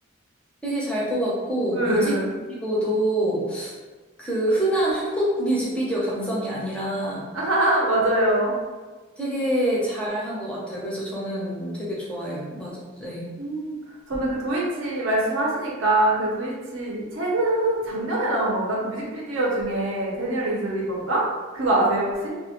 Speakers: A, in the centre; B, on the right.
A: 되게 잘 뽑았고
B: 예.
A: 뮤직비디오도 그 흔한 한국 뮤직비디오 감성이 아니라
B: <laughs> 맞아요.
A: 되게 잘 한 것 같아요. 그래서 저는 되게 좋아해요. 맞아요. 네.
B: 음. 저는 그 도이치 말씀하시니까 그 도이치 최근 작년에 나온 건가? 그 뮤직비디오 중에 데니얼 리즐리번가? 그거 아세요 혹시?